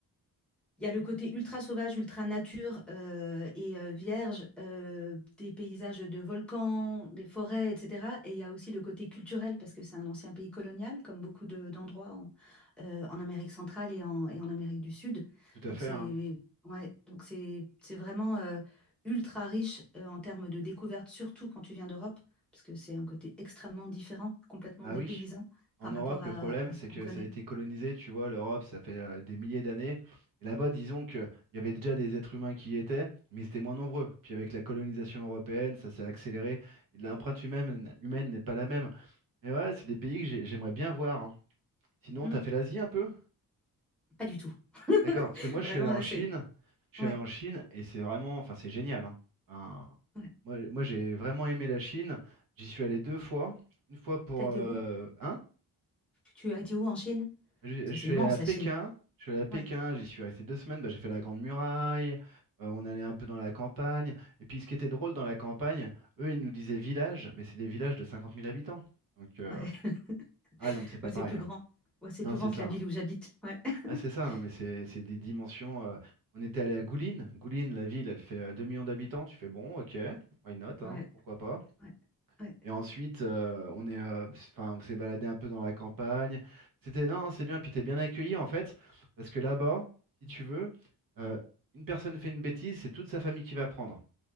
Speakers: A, in the centre; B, on the right.
A: Il y a le côté ultra sauvage, ultra nature euh, et euh, vierge, euh, des paysages de volcans, des forêts, etc. Et il y a aussi le côté culturel, parce que c'est un ancien pays colonial, comme beaucoup de- d'endroits en, euh, en Amérique centrale et en, et en Amérique du Sud.
B: Tout à
A: Donc
B: fait,
A: c'est
B: hein.
A: ouais, donc c'est, c'est vraiment euh, ultra riche euh, en termes de découvertes, surtout quand tu viens d'Europe, parce que c'est un côté extrêmement différent, complètement
B: Bah
A: dépaysant
B: oui. En
A: par
B: Europe,
A: rapport à,
B: le problème,
A: à
B: c'est
A: ce qu'on
B: que
A: connaît.
B: ça a été colonisé, tu vois, l'Europe, ça fait euh, des milliers d'années. Et là-bas, disons qu'il y avait déjà des êtres humains qui y étaient, mais ils étaient moins nombreux. Puis avec la colonisation européenne, ça s'est accéléré. L'empreinte humaine, humaine n'est pas la même. Mais ouais, c'est des pays que j'ai- j'aimerais bien voir. hein. Sinon,
A: Hmm,
B: t'as fait l'Asie un peu?
A: pas du tout. <laughs>
B: D'accord. Parce que moi, je
A: Vraiment,
B: suis allé en
A: là,
B: Chine.
A: c'est...
B: Je suis
A: Ouais.
B: allé en Chine et c'est vraiment, enfin, c'est génial. hein. Enfin,
A: Ouais.
B: moi, moi, j'ai vraiment aimé la Chine. J'y suis allé deux fois. Une fois pour...
A: T'as été
B: euh,
A: où?
B: hein
A: Tu tu as été où en Chine?
B: Je,
A: Parce que
B: je
A: c'est
B: suis
A: immense
B: allé à
A: la
B: Pékin,
A: Chine.
B: je suis allé à Pékin,
A: Ouais,
B: j'y suis resté deux semaines, bah, j'ai fait la Grande Muraille, euh, on allait un peu dans la campagne. Et puis ce qui était drôle dans la campagne, eux ils nous disaient village, mais c'est des villages de 50 000 habitants. Donc, euh,
A: ouais, <laughs>
B: ah ouais, non, mais c'est pas
A: ouais,
B: pareil.
A: c'est plus
B: hein.
A: grand. Ouais, c'est
B: Non,
A: plus
B: c'est
A: grand
B: ça.
A: que la
B: hein.
A: ville où j'habite. Ouais, <laughs>
B: Ah, c'est ça, non, mais c'est c'est des dimensions. euh, On était allé à Gouline, Gouline, la ville, elle fait euh, 2 millions d'habitants, tu fais bon, ok, why not,
A: ouais,
B: hein, pourquoi pas.
A: ouais, ouais.
B: Et ensuite, euh, on est, euh, s- enfin, on s'est baladé un peu dans la campagne. C'était, non, c'est bien, puis t'es bien accueilli en fait, parce que là-bas, si tu veux, euh, une personne fait une bêtise, c'est toute sa famille qui va prendre.